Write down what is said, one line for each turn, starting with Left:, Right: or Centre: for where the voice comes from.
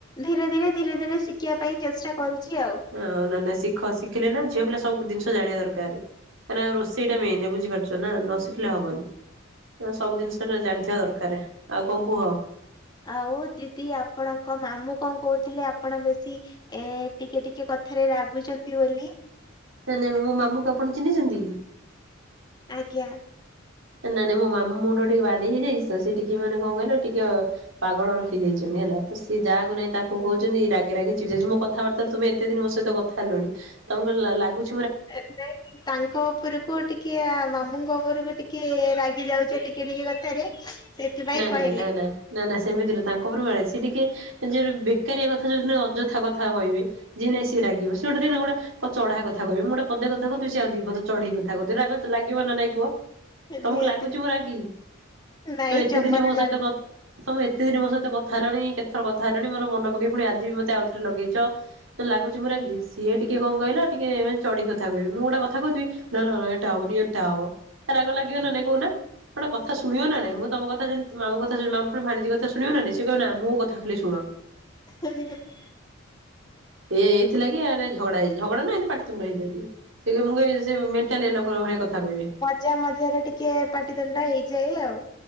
Left: ଧୀରେ ଧୀରେ ଧୀରେ ଧୀରେ ଶିଖିବା ପାଇଁ ଚେଷ୍ଟା କରୁଛି ଆଉ।
Right: ହଁ ହଁ ନା ନା ଶିଖ ଶିଖିଲେ ନା ଝିଅ ପିଲା ସବୁ ଜିନିଷ ଜାଣିବା ଦରକାର। ମାନେ ରୋଷେଇଟା ମେନ ବୁଝିପାରୁଛ ନା? ନ ଶିଖି ଖିଲେ ହବନି ସବୁ ଜିନିଷଟା ଜାଣିଥିବା ଦରକାର ଆଉ କଣ କୁହ?
Left: ଆଉ ଦିଦି ଆପଣଙ୍କ ମାମୁଁ କଣ କହୁଥିଲେ ଆପଣ ବେଶୀ ଏ ଟିକେ ଟିକେ କଥାରେ ରାଗୁଛନ୍ତି ବୋଲି।
Right: ନାଇଁ ନାଇଁ ମୋ ମାମୁଁକୁ ଆପଣ ଚିହ୍ନିଛନ୍ତି କି?
Left: ଆଜ୍ଞା।
Right: ନା ନାଇଁ ମୋ ମାମୁଁ ମୁଣ୍ଡ ଟିକେ ବାଡେଇ ହେଇଯାଇଚି ତ ସେ ଟିକେ ମାନେ କଣ କହିଲ ଟିକେ ପାଗଳ ହେଇଯାଇଚନ୍ତି ହେଲା ତ ସିଏ ଯାହାକୁ ନାଇଁ ତାକୁ କହୁଛନ୍ତି ରାଗି ରାଗି ଚିଡି ଯାଉଛି ମୋ କଥାବାର୍ତ୍ତା ତୁମେ ଏତେ ଦିନ ମୋ ସହିତ ଥା ହେଲଣି ତମକୁ କଣ ଲାଗୁଚି
Left: ଏତେଇ <inaudible> ତାଙ୍କ ଉପରକୁ ଟିକେ ମାମୁଁଙ୍କ ଉପରକୁ ଟିକେ ରାଗି ଯାଉଚ ଟିକେ ଟିକେ କଥାରେ। ସେଥିପାଇଁ
Right: ନା
Left: କହିଲେ
Right: ନାଇଁ ନା ନା ନା ନା ସେମିତି ନୁହୁଁ ତାଙ୍କ ଉପରେ ସେ ଟିକେ ଯିଏ ବେକାରିଆ କଥା ଅଯଥା କଥା କହିବେ ଯିଏ ନାହିଁ ସିଏ ରାଗିବ ସେ ଗୋଟେ ଦେଖିବେ ଚଢା କଥା କହିବେ ମୁଁ ଗୋଟେ ପଦେ କଥ କଥା ହଉଥିବି ଆଉ ଦି ପଦେ ଚଢିକି କଥା କହୁଥିବେ ରାଗ ଲାଗିବ ନା ନାଇଁ କୁହ? ତମକୁ
Left: ନିହାତି
Right: ଲାଗୁଛି ମୁଁ ରାଗି।
Left: ନାଇଁ
Right: ତ ଏତେ
Left: ଜମାରୁ
Right: ଦିନ ମୋ ସହିତ କ ତମେ ଏତେ ଦିନି ମୋ ସହିତ କଥା ହେଲଣି କେତଥର କଥା ହେଲଣି ମୋର ମନ ପକେଇ ପୁଣି ଆଜି ବି ମତେ ଆଉ ଥରେ ଲଗେଇଚ ମତେ ଲାଗୁଛି ପୂରା କି ସିଏ ଟିକେ କଣ କହିଲ ଟିକେ ମାନେ ଚଢିକି କଥା କହିବେ ମୁଁ ଗୋଟା କଥା କହୁଥିବି ନ ନ ନ ଏଟା ହବନି ଏଟା ହବ ରାଗ ଲାଗିବ ନା ନାଇଁ କହୁନ ଗୋଟେ କଥା
Left: ଲାଗୁନି।
Right: ଶୁଣିବ ନା ନାଇଁ ମୁଁ ତମ କଥା ଯଦି ମାମୁଁ କଥା ଶୁଣିବି ମାମୁଁ ପୁଣି ଭାଣିଜୀ କଥା ଶୁଣିବ ନା ନାହିଁ ସେ କହିବ ନା ମୋ କଥା ଖାଲି ଶୁଣ।
Left: <inaudible>
Right: ଏ ଏଇଥିଲାଗି ଆରେ ଝଗଡାହେଇଯାଏ ଝଗଡା ନା ପାଟିତୁଣ୍ଡ ହେଇଯାଏ ଟିକେ ସେ କହିବେ ମୁଁ କହିବି ସେ ମେ ଣ୍ଟାଲିଆ ଲୋକଙ୍କ ଭଳିଆ କଥା କହିବେ।
Left: ଜା ମଧ୍ୟରେ ଟିକେ ପାଟିତୁଣ୍ଡ ହେଇଯାଏ ଆଉ।